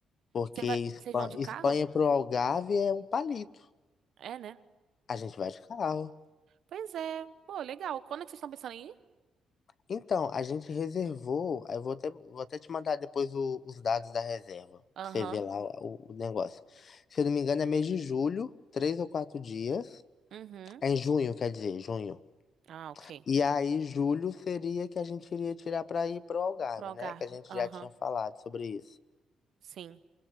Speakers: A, on the left; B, on the right.
A: Porque
B: Você vai...
A: Espa-
B: Vocês vão de
A: Espanha
B: carro?
A: pro Algarve é um palito.
B: É, né?
A: A gente vai de carro.
B: Pois é. Pô, legal. Quando é que vocês estão pensando em ir?
A: Então, a gente reservou. aí Eu vou até, vou até te mandar depois o- os dados da reserva,
B: Aham.
A: pra você ver lá o, o negócio. Se eu não me engano, é mês de julho, três ou quatro dias.
B: Uhum.
A: É em junho, quer dizer, junho.
B: Ah, ok.
A: E aí, julho seria que a gente iria tirar pra ir pro Algarve,
B: Pro Algarve.
A: né? Que a gente
B: Aham.
A: já tinha falado sobre isso.
B: Sim.